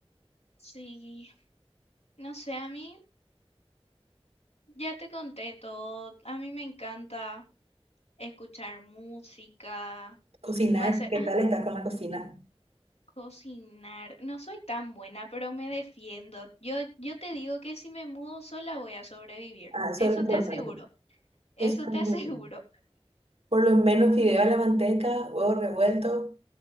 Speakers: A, on the left (about 80°); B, on the right (about 75°).
A: Sí, no sé, a mí ya te conté todo. A mí me encanta escuchar música,
B: Cocinar,
A: pasar.
B: ¿qué tal estás con la cocina?
A: Cocinar. No soy tan buena, pero me defiendo. Yo, yo te digo que si me mudo sola voy a sobrevivir.
B: Ah, eso
A: Eso
B: es lo importante.
A: te aseguro. Eso
B: Eso es
A: te
B: lo importante.
A: <laughs> aseguro.
B: Por lo menos fideo a la manteca, huevo revuelto